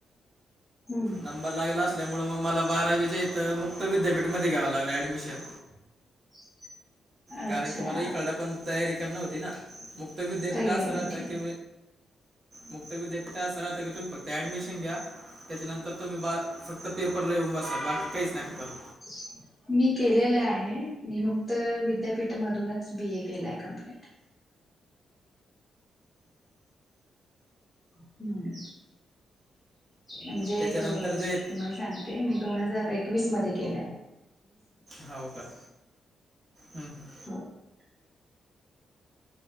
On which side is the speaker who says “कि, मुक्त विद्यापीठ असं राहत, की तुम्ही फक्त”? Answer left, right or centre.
Right